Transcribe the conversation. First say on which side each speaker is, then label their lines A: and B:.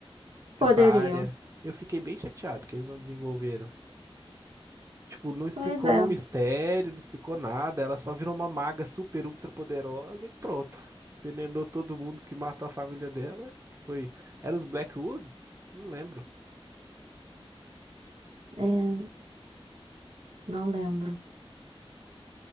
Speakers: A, on the right; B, on the right.
A: Essa
B: Poderiam.
A: área. Eu fiquei bem chateado que eles não desenvolveram. Tipo, não explicou
B: Pois é.
A: o mistério, não explicou nada. Ela só virou uma maga super ultra poderosa e pronto. Envenenou todo mundo que matou a família dela, que foi... Era os Blackwood? Não lembro.
B: É, não lembro.